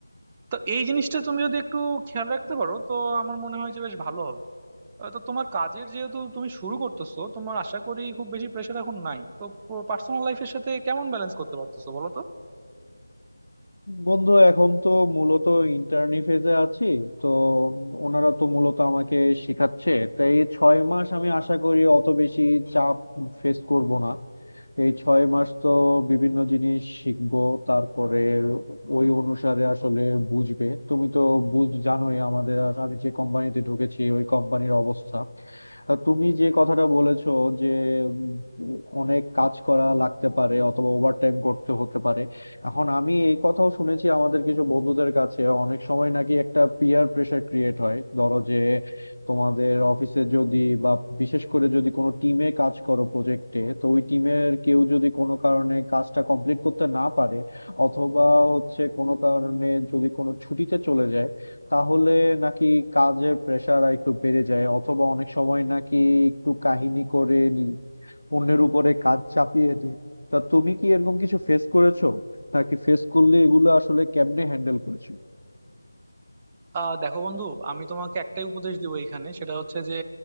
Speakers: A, on the right; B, on the left.
A: তো এই জিনিসটা তুমি যদি একটু খেয়াল রাখতে পারো তো আমার মনে হয় যে বেশ ভালো হবে আহ, তো তোমার কাজের যেহেতু তুমি শুরু করতেছো তোমার আশা করি খুব বেশি প্রেশার এখন নাই তো পার্সোনাল লাইফের সাথে কেমন ব্যালেন্স করতে পারতেছো বলো তো
B: বন্ধু এখন তো মূলত ইন্টার্নি ফেজে আছি তো ওনারা তো মূলত আমাকে শেখাচ্ছে তাই এই ছয় মাস আমি আশা করি অত বেশি চাপ ফেস করব না এই ছয় মাস তো বিভিন্ন জিনিস শিখবো তারপরে ওই অনুসারে আসলে বুঝবে তুমি তো বুঝ জানোই আমাদের আর- আমি যে কোম্পানিতে ঢুকেছি ওই কোম্পানির অবস্থা তা তুমি যে কথাটা বলেছো যে উম, অনেক কাজ করা লাগতে পারে অথবা ওভারটাইম করতে হতে পারে এখন আমি এই কথাও শুনেছি আমাদের কিছু বন্ধুদের কাছে অনেক সময় নাকি একটা পিয়ার প্রেসার ক্রিয়েট হয় ধরো যে তোমাদের অফিসে যদি বা বিশেষ করে যদি কোনো টিমে কাজ করো প্রজেক্টে তো ওই টিমের কেউ যদি কোনো কারণে কাজটা কমপ্লিট করতে না পারে অথবা হচ্ছে কোনো কারণে যদি কোনো ছুটিতে চলে যায় তাহলে নাকি কাজের প্রেসার একটু বেড়ে যায় অথবা অনেক সময় নাকি একটু কাহিনী করে নি অন্যের উপরে কাজ চাপিয়ে দেয় তা তুমি কি এরকম কিছু ফেস করেছো নাকি ফেস করলে এগুলো আসলে কেমনে হ্যান্ডেল করেছো
A: আহ দেখো বন্ধু আমি তোমাকে একটাই উপদেশ দিব এইখানে সেটা হচ্ছে যে